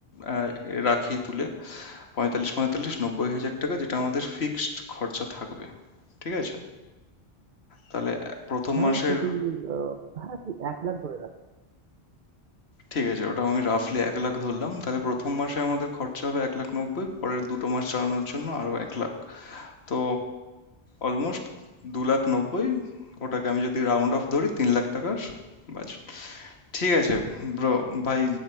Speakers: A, on the left; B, on the right.
A: আহ, এ রাখি তুলে পঁয়তাল্লিশ পঁয়তাল্লিশ নব্বই হাজার টাকা যেটা আমাদের ফিক্সড খরচা থাকবে ঠিক আছে তাহলে এ- প্রথম
B: হ্যাঁ
A: মাসের
B: সে তুই আহ, হ্যাঁ তুই এক লাখ ধরে রাখ
A: ঠিক আছে ওটা আমি রাফলি এক লাখ ধরলাম তাহলে প্রথম মাসে আমাদের খরচা হবে এক লাখ নব্বই পরের দুটো মাস চালানোর জন্য আরো এক লাখ তো অলমোস্ট দু লাখ নব্বই ওটাকে আমি যদি রাউন্ড অফ ধরি তিন লাখ টাকার বাজেট। ঠিক আছে ব্রো ভাই